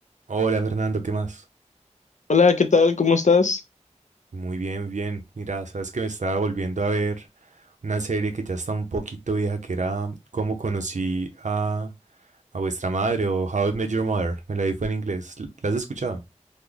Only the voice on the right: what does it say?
Hola Fernando, ¿qué más?
Muy bien, bien. Mira, sabes que me estaba volviendo a ver una serie que ya está un poquito vieja, que era Cómo conocí a, a vuestra madre o How I Met Your Mother. Me la vi fue en inglés. ¿L- ¿La has escuchado?